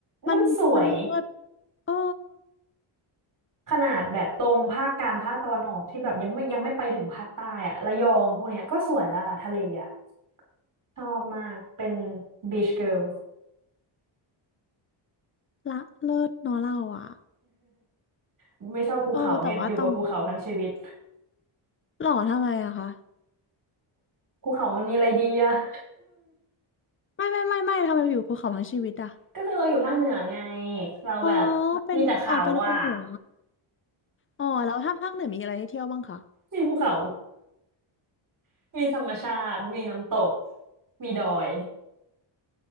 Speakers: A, on the left; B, on the right.
A: มันมันเลิศ
B: มันสวย
A: เออ
B: ขนาดแบบตรงภาคกลางภาคตะวันออกที่แบบยังไม่ยังไม่ไปถึงภาคใต้อะระยองพวกเนี้ยก็สวยแล้วล่ะทะเลอะชอบมากเป็นบีชเกิ l
A: ละเลิศเนอะเราอ่ะ
B: ล <laughs> ไม่ชอบภูเขาไงอยู่กับภูเขาทั้งชีวิต
A: เออแต่ว่าตองหล่อทำไมอะคะ
B: ภูเขามันมีอะไรดีอะ <laughs>
A: ไม่ไม่ไม่ไม่ทำไมอยู่ภูเขาทั้งชีวิตอะ
B: ก็คือเราอยู่ภาคเหนือไงเราแบบ
A: อ๋อเป็นอ๋อเป็นคนเหนือ
B: มีแต่เขาอะ
A: อ๋อแล้วถ้าภาคเหนือมีอะไรให้เที่ยวบ้างคะ
B: มีภูเขา <laughs> มีธรรมชาติมีน้ำตกมีดอย